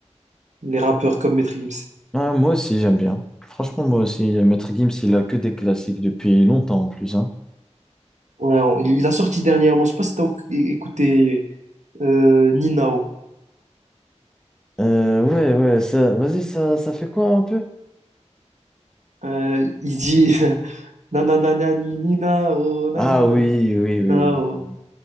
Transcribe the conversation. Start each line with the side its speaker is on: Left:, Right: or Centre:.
Right: les rappeurs comme Maître Gims.
Centre: Ah, moi aussi, j'aime bien. Franchement, moi aussi, Maître Gims, il a que des classiques depuis longtemps en plus, hein.
Right: Ouais, on- il a sorti dernièrement, je sais pas si t'as écouté euh, Ninao.
Centre: Euh, ouais, ouais, ça, vas-y, ça, ça fait quoi un peu?
Right: Euh, il dit <laughs> Na na na na ni ni na oh, na
Centre: Ah
Right: na na
Centre: oui,
Right: na
Centre: oui,
Right: ni
Centre: oui,
Right: na
Centre: oui,
Right: oh.
Centre: oui,